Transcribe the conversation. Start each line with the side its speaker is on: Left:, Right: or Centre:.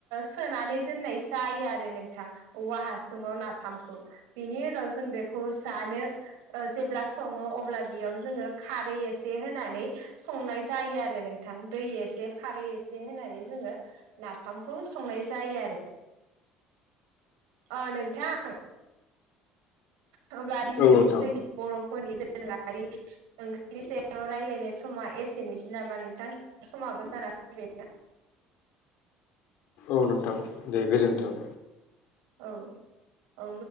Right: सोनानै दोननाय जायो आरो नोंथां औवा हासुङाव नाफामखौ बिनि उनाव जों बेखौ जानो जेब्ला सङो अब्ला बेयाव जोङो खारै एसे होनानै संनाय जायो आरो नोंथां दै एसे खारै एसे होननानै जोङो ओंखामखौ संनाय जायो आरो नोंथां होमब्ला दिनैनि
Left: औ नोंथां
Right: जोंनि बर'फोरनि दोरोङारि ओंख्रिनि सायाव रायज्लायनाय समा एसेनोसै नामा नोंथां समाबो जानानानै फैबाय
Left: नोंथां दे गोजोन्थों
Right: औ औ